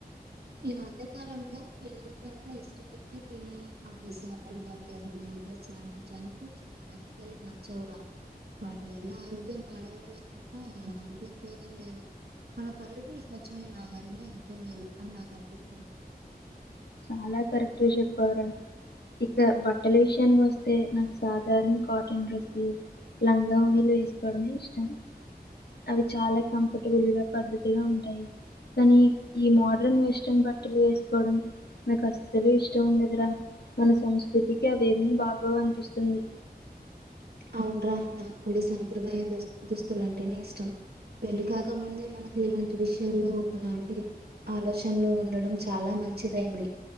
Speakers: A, on the right; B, on the left.
A: ఈ మధ్య కాలంలో వెలుతేంతా ఇష్టంగానే తినే ఆ పిజ్జాలు బర్గర్లు నూడిల్స్ అ జంక్ ఫుడ్స్ నాక్ అస్సల్ నచ్చవురా వాటి వల్ల ఆరోగ్యం పాడవడమే తప్ప ఎలాంటి ఉపయోగం లేదు మన పళ్ళు కి స్వచ్ఛమైన ఆహారమే ఎంతో మేలు అని నాకు అనిపిస్తుంది
B: చాలా కరెక్ట్గా చెప్పావురా ఇక బట్టల విషయానికి వస్తే నాకు సాధారణ కాటన్ డ్రెస్లు లంగా ఓణీలు వేసుకోవడమే ఇష్టం అవి చాలా కంఫర్టబుల్ గా పద్ధతిగా ఉంటాయి కానీ ఈ మోడ్రన్ వెస్ట్రన్ బట్టలు వేసుకోవడం నాకు అస్సలు ఇష్టం ఉండదురా మన సంస్కృతికి అవేమి బాగోవు అనిపిస్తుంది
A: అవున్రా నాకు కూడా సాంప్రదాయ దుస్ దుస్తులు అంటేనే ఇష్టం పెళ్లి కాక ముందే మనకి ఇలాంటి విషయాల్లో ఒకలాంటి ఆలోచనలు ఉండడం చాలా మంచిదైంది